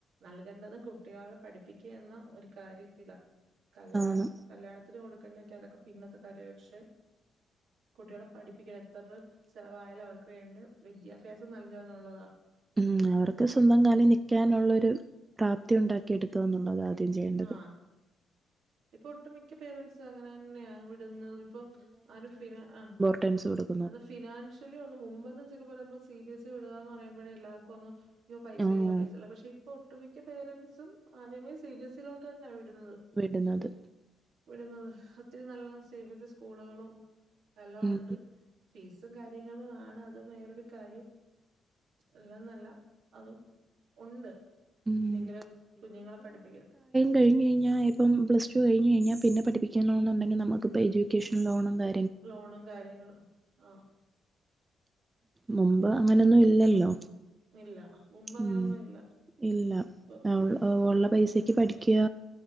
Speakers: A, on the right; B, on the right.
A: നൽകേണ്ടതും കുട്ടികളെ പഠിപ്പിക്കുക എന്ന ഒരു കാര്യത്തിലാ. കല്യാണം
B: ആണ്
A: കല്യാണത്തിന് കൊടുക്കെണ്ടേക്ക അതൊക്കെ പിന്നത്തെ കാര്യ പക്ഷെ കുട്ടികളെ പഠിപ്പിക്കണം എത്രരു ചെലവായാലും, അവർക്ക് വേണ്ടി വിദ്യാഭ്യാസം നൽകുക എന്നുള്ളതാണ്.
B: ഉം അവർക്ക് സ്വന്തം കാലിൽ നിക്കാനുള്ളൊരു പ്രാപ്തി ഉണ്ടാക്കി എടുക്ക എന്നുള്ളതാ ആദ്യം ചെയ്യേണ്ടത്.
A: ആഹ് ഇപ്പൊ ഒട്ടുമിക്ക പേരന്റ്സും അങ്ങന തന്നെയാ വിടുന്നത്. ഇപ്പം ആരും ഫിനാ ആഹ്.
B: <unintelligible> വിടും.
A: അത് ഫിനാഷ്യലി ഒന്ന് മുമ്പൊന്ന് ചെക്കെ പറയുമ്പോ സി എസ് ഇ വിടുകാന്ന് പറയുമ്പോഴേ എല്ലാവർക്കും ഒന്ന് അയ്യോ പൈസയില്ല
B: ആഹ്
A: പൈസയില്ല. പക്ഷെ ഇപ്പൊ ഒട്ടുമിക്ക പേരൻ്റ്സും ആദ്യമേ സി ബി എസ് ഇ യിലോട്ട് തന്നെയാ വിടുന്നത്.
B: വിടുന്നത്
A: ഇവിടുന്ന് ഒത്തിരി നല്ല സി ബി എസ് ഇ സ്കൂളുകളും എല്ലാം
B: ഉം
A: ഉണ്ട്. ഫീസും കാര്യങ്ങളും ആണ്. അതും വേറൊരു കാര്യം. എല്ലന്നല്ല അതും ഉണ്ട്
B: ഉം
A: എങ്കിലും കുഞ്ഞുങ്ങളെ പഠിപ്പിക്ക
B: കഴിഞ്ഞഴിഞ്ഞ ഇപ്പം പ്ലസ് ടു കഴിഞ്ഞഴിഞ്ഞാ പിന്നെ പഠപ്പിക്കണന്നുണ്ടങ്കി നമുക്കിപ്പ എഡ്യൂക്കേഷൻ ലോണും കാ
A: ലോണും കാര്യങ്ങളും, ആഹ്.
B: മുമ്പ് അങ്ങനൊന്നും ഇല്ലല്ലോ.
A: ഇല്ല. മുമ്പ് അങ്ങനൊന്നും
B: ഉം.
A: ഇല്ല
B: ഇല്ല
A: ഇപ്പൊ
B: ഒൾ
A: ഉം
B: ഒള്ള പൈസക്ക് പഠിക്കാ.